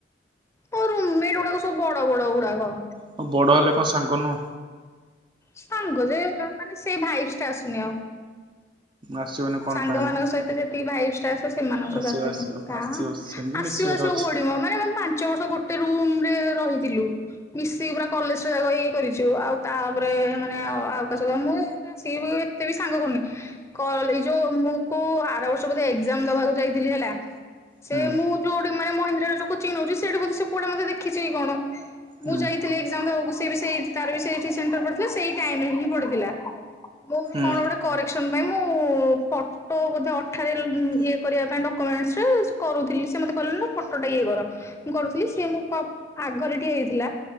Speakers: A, on the left; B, on the right.
A: ମୋ ରୁମ୍ ମେଣ୍ଟ ଗୁଡାକ ସବୁ ବଡ ବଡ଼ ଗୁଡାକ।
B: ଆଉ ବଡ ହେଲେ କଣ ସାଙ୍ଗ ନୁହଁ।
A: ସାଙ୍ଗ ଯେ ମାନେ ସେ ଭାଇଭ୍ ଟା ଆସୁନି ଆଉ।
B: ଆସିବନି କଣ
A: ସାଙ୍ଗମାନଙ୍କ
B: ପାଇଁ ମ?
A: ସହିତ ଯେତ ଭାଇପ୍ ଟା ଆସେ ସେମାନଙ୍କୁ ସହିତ
B: ଆସିବ
A: ଆସେନି
B: ଆସିବ
A: କାଁ
B: ଆସିବ ସେମିତି
A: ଆସିବ
B: ମିଶିବାର
A: ଆସିବ
B: ଅଛି।
A: କୋଠିମ ମାନେମ ପାଞ୍ଚ ବର୍ଷ ଗୋଟ୍ ଗୋଟେ ରୁମ୍ ରେ ରହିଥିଲୁ ମିଶିକି ପୁରା କଲେଜ ଯାକ ଇଏ କରିଚୁ ଆଉ ତାପରେ ମାନେ ଆଉ କାସହିତ ମୁଁ ଏ ଏନ୍ତି ଆସି ବି ଏତେ ବି ସାଙ୍ଗ କରୁନି କଲ ଏଜଉ ଯୋଉଁ ମୁଁ କୁ ଆର ବର୍ଷ ବୋଧେ ଏଜାମ୍ ଦବାକୁ ଯାଇଥିଲି ହେଲା ସେ
B: ହୁଁ
A: ମୁଁ ଯୋଉଠି ମାନେ ମହିନ୍ଦ୍ରାରେ ଯୋଉ କୋଚିଙ୍ଗ୍ ନଉଚି ସେଇଠି ବୋଧେ ସେ ପୁଆଟା ମତେ ଦେଖଚି କଣ
B: ହୁଁ
A: ମୁଁ ଯାଇଥିଲ ଲି ଏକ୍ସାମ୍ ଦବାକୁ ସେ ବି ସେଠି ତାର ବି ସେଠି ସେଣ୍ଟର୍ ପଡିଥିଲା ସେଇ ଟାଇମ୍ ହିଁ ପଡିଥିଲା। ମୋର
B: ହୁଁ
A: କଣ ଗୋଟେ କରେକ୍ସନ୍ ପାଇଁ ମୁଁ ଫଟୋ ବୋଧେ ଅଟ୍ ଠାରେ ଲ ଅଁ ଇଏ କରିବା ପାଇଁ ଡକ୍ୟୁମେଣ୍ଟସ୍ ରେ କରୁଥିଲି ସେ ମତେ କହିଲି ନା ଫଟୋଟା ଇଏ କର। ମୁଁ କରୁଥିଲି ସିଏ ମୋ ପା ଆଗରେ ଠିଆ ହେଇଥିଲା।